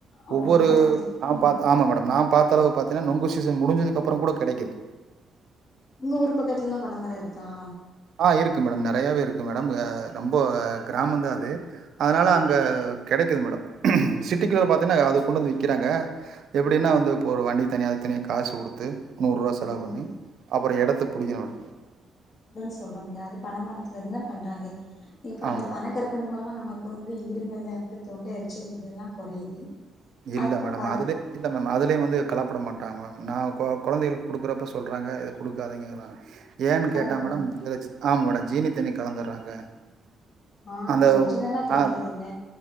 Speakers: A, on the left; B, on the right.
A: அவ்
B: ஒவ்வொரு
A: அந்த மாரி
B: நான் ஆமா மேடம் நா பாத்தா அளவு பாத்தீங்கன்னா நொங்கு சீசன் முடிஞ்சதுக்கு அப்றோ கூட கிடைக்குது
A: உங்க ஊர் பக்கத்துல எல்லா பண மரம் இருக்கா
B: ஆ இருக்கு மேடம் நெறையாவே இருக்கு மேடம் ரொம்ப கிராமம் தா அது அதனால அங்க கிடைக்குது மேடம் சிட்டிக்குல்ல வந்து பாத்தங்கன்னா அது கொண்டு வந்து விக்குறாங்க எப்டின்னா வந்து இப்ப ஒரு வண்டி தனியா வித்து காசு குடுத்து நூறு ரூவா செலவு
A: ம்
B: பண்ணி அப்றோ இடத்த புடிக்கனும்
A: சொல்றோல அது பணமரத்துல இருந்து பண்றாங்க இப்ப
B: ஆமா
A: அந்த
B: மேடம்
A: பண கற்கண்டு மூலமா நம்ம க்கு வந்து இருமல் அப்றோ தொண்ட எரிச்சல் இதெல்லாம் கொறையுது
B: இல்ல
A: அதுக்கப்புறோ
B: மேடம்
A: கருப்பு
B: அதுலய இல்ல மேடம் அதுலயே வந்து கலப்படம் பண்றாங்க மேடம் நா கொழந்தைகளுக்கு குடுக்குறப்ப சொல்கிறாங்க இத குடுக்காதிங்க ஏன்னு
A: கலப்படோ
B: கேட்டா மேடம் ஆம் மேடம் ஜீனி தண்ணி கலந்துடுறாங்க
A: ஆ
B: அந்த
A: ஒரிஜினல்லா கிடைக்கிறது
B: ஆ
A: இல்ல